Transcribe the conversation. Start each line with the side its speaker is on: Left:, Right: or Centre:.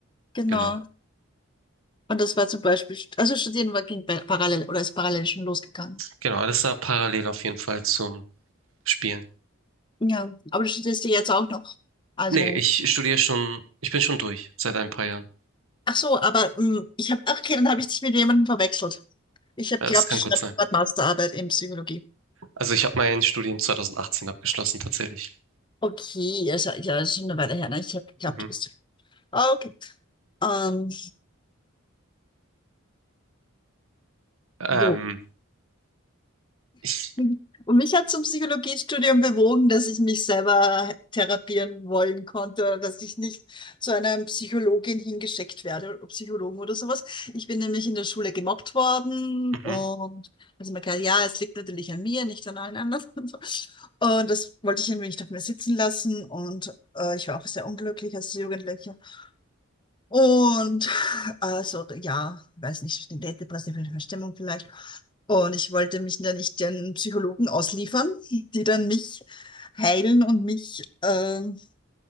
Left: Genau.
Right: Genau.
Left: Und das war zum Beispiel, also studieren war, ging bei- parallel oder ist parallel schon losgegangen.
Right: Genau, das war parallel auf jeden Fall zum Spielen.
Left: Ja, aber du studierst ja jetzt auch noch. Also,
Right: Nee, ich studiere schon, ich bin schon durch seit ein paar Jahren.
Left: ach so, aber mm, ich habe, ach okay, dann habe ich dich mit jemandem verwechselt. Ich habe
Right: Ja,
Left: geglaubt,
Right: Es kann
Left: du schreibst
Right: gut sein.
Left: gerade Masterarbeit in Psychologie.
Right: Also ich habe mein Studium 2018 abgeschlossen, tatsächlich.
Left: Okay, ja, ist ja, ja, ist schon eine Weile her. Ne? Ich habe geglaubt,
Right: Mhm.
Left: du bist. Ah, Okay. Ähm,
Right: Ähm,
Left: jo.
Right: ich,
Left: <laughs> Und mich hat zum Psychologiestudium bewogen, dass ich mich selber therapieren wollen konnte, dass ich nicht zu einer Psychologin hingeschickt werde, oder Psychologen oder sowas. Ich bin nämlich in der Schule gemobbt worden
Right: mhm.
Left: und also man kann, ja, es liegt natürlich an mir, nicht an allen anderen. <laughs> Und, so. und das wollte ich irgendwie nicht auf mir sitzen lassen und äh, ich war auch sehr unglücklich als Jugendliche Und also ja, weiß nicht, eine depressive Verstimmung vielleicht. Und ich wollte mich dann nicht den Psychologen ausliefern, die dann mich heilen und mich ähm,